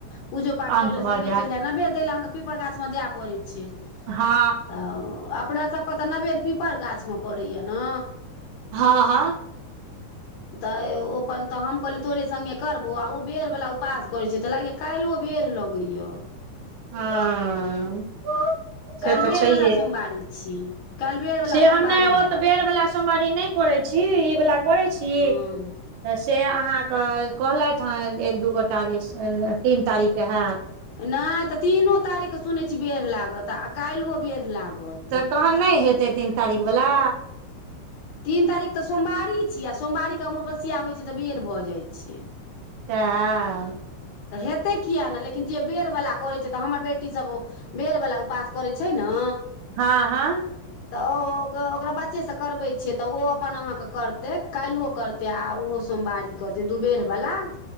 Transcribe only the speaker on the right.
अन्त
भऽ
जायत
हँ
हँ हँ
हँ
से तऽ
छैहे
से हम
नहि ओ
तऽ बेर वला सोमवारी नहि करै छी ई बाला करै छी
से अहाँके कहलथि हँ एक दू गोटाँके तीन तारीखके हैत
तऽ तहन नहि हेतै तीन तारीख वला
तऽ
हँ हँ